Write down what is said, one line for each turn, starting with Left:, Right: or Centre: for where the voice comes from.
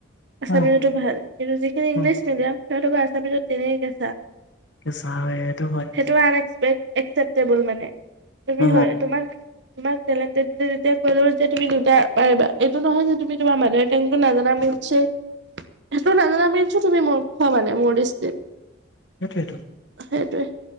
Right: আছামি
Left: অ
Right: ভাল কিন্তু যিখিনি ইংলিছ
Left: অ
Right: মিডিয়াম সিহতক আছামিছ পিছত তেনেই কেছা।
Left: চা হয় সেইটো হয়।
Right: সেইটো আন এক্সে এক্সেটেবোল মানে তুমি
Left: অ
Right: হয়। তোমাক <unintelligible> যে তুমি দুটা পাৰিবা এইটো নহয় যে তুমি তোমাৰ মাদোৰ টেংকো নাজানা মিছে। এটো নাজানা মিলছ তুমি মোৰ খোৱা মানে মোৰ দিস্তীত।
Left: সেইটোএই টো।
Right: সেইটোৱে।